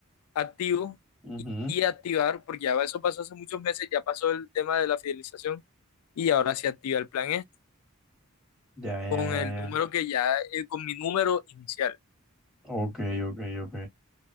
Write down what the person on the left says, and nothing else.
activo
y, y activar, porque ya eso pasó hace muchos meses, ya pasó el tema de la fidelización y ahora se activa el plan este
con
el
número que ya, eh, con mi número inicial.